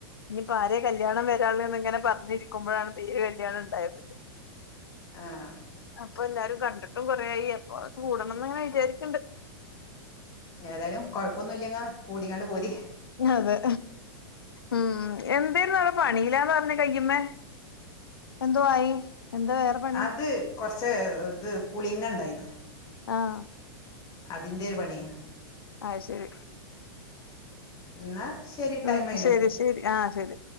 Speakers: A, on the left (about 80°); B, on the left (about 30°).
A: ഞ്ഞിപ്പോ ആരെ കല്യാണം വരാള്ളെന്ന് ങ്ങനെ പറഞ്ഞിര്ക്ക വല്യ കല്യാണണ്ടായത്
B: ആഹ്
A: പ്പൊല്ലാരും കണ്ടിട്ടും കൊറേയി എപ്പോ കൂടണംന്ന്ങ്ങനെ വിചാരിക്ക്ണ്ട്.
B: ഏതായാലും കുഴപ്പൊന്നുല്ലങ്ങാ കൂടിയാണ്ട് പോരി
A: അതെ ഉം എന്തേന്നു അടെ പണില്ലാന്ന് പറഞ്ഞെ കയ്യ്മ്മേ എന്തൊ ആയി എന്ത വേറെ പണി
B: അത് കൊർച്ച് ത് പുളിങ്ങണ്ടായിന്ന്
A: ആഹ്
B: അതിന്റെ ഒരു പണിയേന്ന്
A: അത് ശരി
B: ന്നാ ശെരി ടൈമായിലേ
A: ഉം ശരി ശരി ആഹ് ശരി